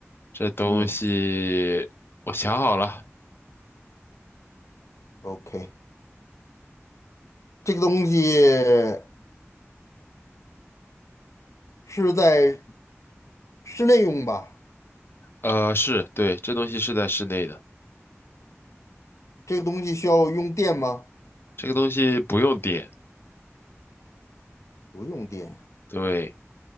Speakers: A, on the left; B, on the left.
A: 这东西我想好了，
B: 嗯，OK，这个东西是在室内用吧？
A: 呃，是，对，这东西是在室内的，
B: 这个东西需要用电吗？
A: 这个东西不用点，
B: 不用电。
A: 对，